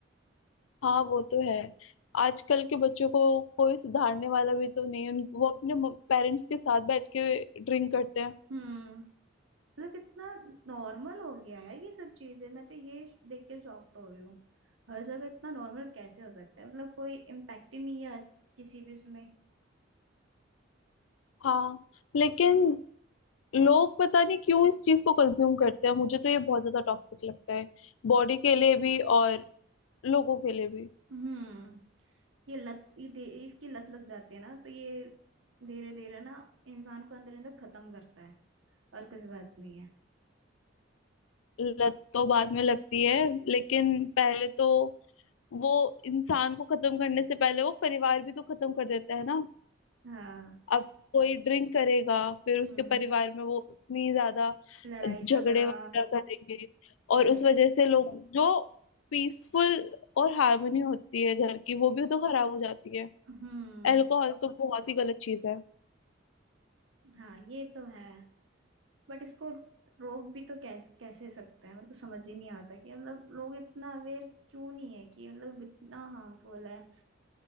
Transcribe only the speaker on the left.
हाँ वो तो है आजकल के बच्चों को कोई सुधारने वाला भी तो नहीं है। उन- वो अपने पेरेंट्स के साथ बैठ के ड्रिंक करते हैं
हाँ लेकिन लोग पता नहीं क्यों इस चीज को कंज्यूम करते हैं मुझे तो ये बहुत ज्यादा टॉक्सिक लगता है बॉडी के लिए भी और लोगों के लिए भी
लत तो बाद में लगती है लेकिन पहले तो वो इंसान को खत्म करने से पहले वो परिवार भी तो खत्म कर देता है ना
अब कोई ड्रिंक करेगा फिर उसके
परिवार में वो उतनी ज्यादा
झगड़े
वगैरह करेंगे और
उस वजह से लोग जो पीसफुल और हार्मनी होती है घर की वो भी तो खराब हो जाती है
अल्कोहल तो बहुत ही गलत चीज है